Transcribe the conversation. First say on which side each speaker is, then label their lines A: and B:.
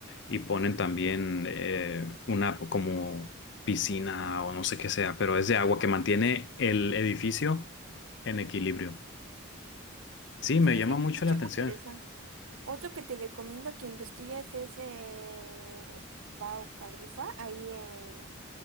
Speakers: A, on the left (about 60°); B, on the right (about 80°).
A: y ponen también eh, una como piscina o no sé qué sea, pero es de agua que mantiene el edificio En equilibrio. Sí,
B: <laughs>
A: me
B: Sí,
A: llama
B: sí,
A: mucho
B: escuché
A: la atención.
B: muy interesante. Otro que te recomiendo que investigues es eh, Bau Khalifa, ahí en...